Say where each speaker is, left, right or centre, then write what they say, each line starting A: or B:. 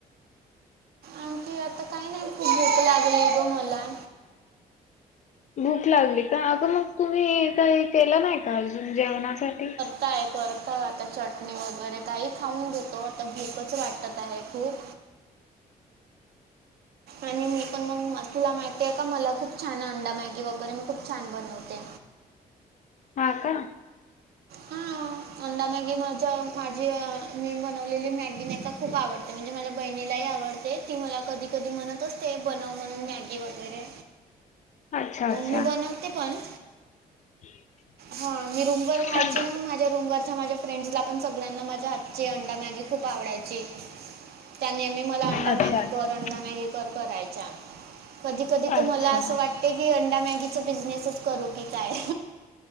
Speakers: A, on the right; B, on the left.
A: आणखी आता काही नाही खूप भूक लागली आहे ग मला..
B: भूक लागली काय? अगं मग तुम्ही काही केलं नाही का अजून जेवणासाठी?
A: काय करत आता चटणी वगैरे काही खाऊन घेतो आता भूकच वाटत आहे खूप.. आणि मी पण मग म तुला माहितीे का मला खूप छान अंडा मॅगी वगैरे मी खूप छान बनवते..
B: हा का?
A: हां अंडा मॅगी माझ्या माझी मी बनवलेली मॅगी नाही का खूप आवडते. ते म्हणजे माझ्या बहिणीलाही आवडते ती मला कधी कधी म्हणत असते बनव म्हणून मॅगी वगैरे
B: अच्छा अच्छा
A: मी बनवते पण..
B: <unintelligible>
A: हा मी रूमवर राहायचे
B: सांग
A: ना माझ्या रूमवरच्या माझ्या फ्रेंड्स ना पण सगळ्यांना माझ्या हातची अंडा मॅगी खूप आवडायची, त्या नेहमी मला अंडा
B: अच्छा
A: मॅगी
B: अच्छा
A: कर, अंडा मॅगी कर करायच्या. कधी कधी तर
B: अच्छा
A: मला असं वाटते की अंडा मॅगीचा बिझनेसच करू की काय?